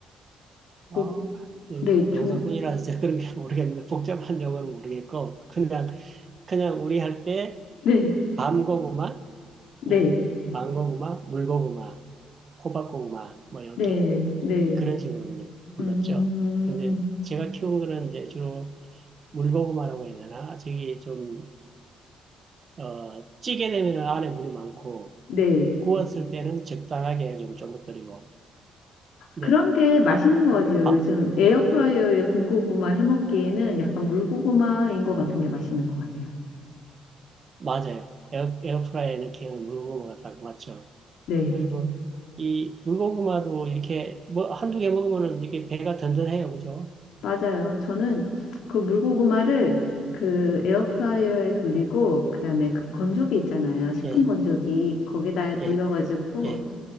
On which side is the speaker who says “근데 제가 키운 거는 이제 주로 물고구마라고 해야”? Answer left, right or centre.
Right